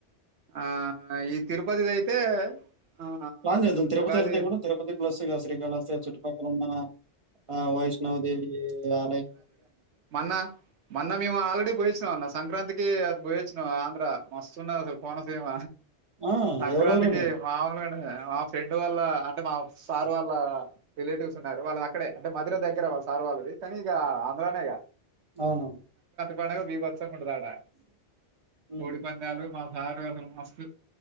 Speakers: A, on the right; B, on the right.
A: ఆ ఈ తిరుపతిది అయితే ఆ
B: ప్లాన్ జేద్దాం తిరుపతి
A: ఉగాది
B: ఎళ్తే గూడా తిరుపతి ప్లస్ ఇగా శ్రీకాళహస్తి ఆ చుట్టుపక్కలున్నా ఆ వైష్ణవ్ దేవీ ఆ
A: మన్నా మొన్న మేము ఆల్రెడి పోయ్ చినవ అన్న సంక్రాంతికీ అట్ పోయోచ్చినవా ఆంధ్ర, మస్తు ఉన్నది అసలు కోనసీమ.
B: ఆ!
A: సంక్రాంతికీ
B: ఎవరెవరో ఎళ్లారు.
A: మామూలుగా ఉండదు గదా ఫ్రెండ్ వాళ్ళ అంటే మా సార్ వాళ్ళ రిలేటివ్స్ ఉన్నారు వాళ్ళది అక్కడే, అంటే మధుర దగ్గర వాళ్ సార్ వాళ్ళది. కని ఇగా ఆంధ్రనేగా
B: అవునవును
A: పండగ <unintelligible> చ్చండ ఆడా
B: హ్మ్.
A: కోడి పందాలు మా <unintelligible> మస్త్